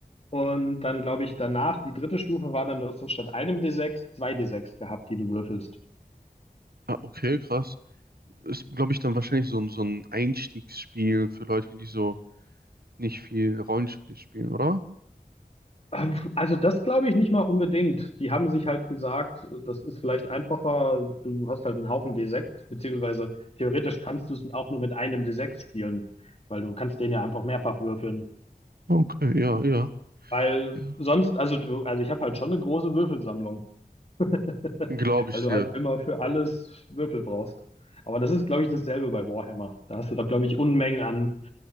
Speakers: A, on the left; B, on the right.
A: Und dann glaube ich danach, die dritte Stufe war dann, du hast dann statt einem D6 zwei D6 gehabt, die du würfelst.
B: Ah, okay, krass. ist, glaube ich, dann wahrscheinlich so, ein- so ein Einstiegsspiel für Leute, die so nicht viel Rollenspiel spielen, oder?
A: Ähm, Also das glaube ich nicht mal unbedingt. Die haben sich halt gesagt, das ist vielleicht einfacher, du hast halt einen Haufen D6, beziehungsweise theoretisch kannst du es auch nur mit einem D6 spielen, weil du kannst den ja einfach mehrfach würfeln.
B: Okay, ja, ja,
A: Weil
B: ja.
A: sonst, also du, also ich habe halt schon eine große Würfelsammlung, <laughs>
B: Glaube
A: weil
B: ich
A: du
B: dir.
A: halt immer für alles Würfel brauchst. Aber das ist, glaube ich, dasselbe bei Warhammer. Da hast du doch, glaube ich, Unmengen an